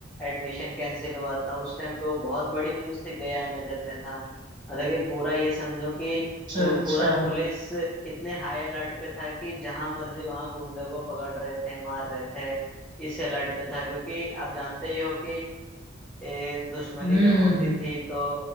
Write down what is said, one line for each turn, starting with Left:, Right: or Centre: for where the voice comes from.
Centre: एडमिशन कैंसिल हुआ था उस टाइम पे वो बहुत बड़ी न्यूज थी गया में जब मैं था मतलब कि पूरा ये समझो कि
Right: अच्छा
Centre: पू-
Right: अच्छा
Centre: पूरा पुलिस इतने हाई अलर्ट पे था कि जहां मर्जी वहां गुंडे को पकड़ रहे थे मार रहे थे इस अलर्ट पे था क्योंकि आप जानते ही हो कि ए, दुश्मनी
Right: हम्म
Centre: जब
Right: हम्म
Centre: होती
Right: हम्म।
Centre: थी तो